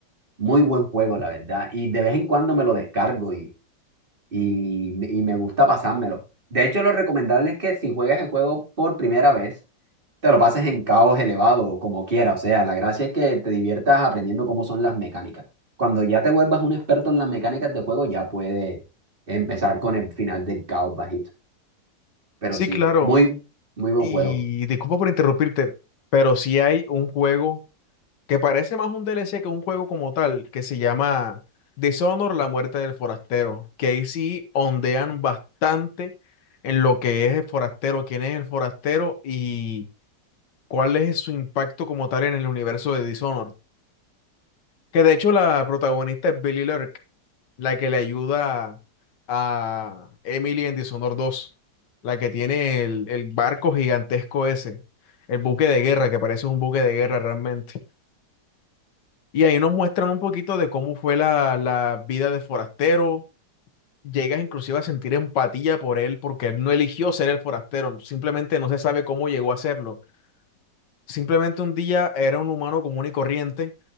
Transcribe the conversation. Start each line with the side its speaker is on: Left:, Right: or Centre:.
Right: Muy buen juego, la verdad. Y de vez en cuando me lo descargo y, y, y me gusta pasármelo. De hecho, lo recomendable es que si juegas el juego por primera vez, te lo pases en caos elevado o como quieras. O sea, la gracia es que te diviertas aprendiendo cómo son las mecánicas. Cuando ya te vuelvas un experto en las mecánicas de juego, ya puedes empezar con el final del caos bajito. Pero
Left: Sí,
Right: sí,
Left: claro.
Right: muy, muy buen
Left: Y
Right: juego.
Left: disculpa por interrumpirte, pero si hay un juego que parece más un DLC que un juego como tal, que se llama Dishonor, la muerte del forastero, que ahí sí ondean bastante en lo que es el forastero, quién es el forastero y cuál es su impacto como tal en el universo de Dishonor. Que de hecho la protagonista es Billy Lurk, la que le ayuda a Emily en Dishonor dos la que tiene el, el barco gigantesco ese, el buque de guerra, que parece un buque de guerra realmente. Y ahí nos muestran un poquito de cómo fue la, la vida de forastero. Llegas inclusive a sentir empatía por él porque él no eligió ser el forastero, simplemente no se sabe cómo llegó a serlo. Simplemente un día era un humano común y corriente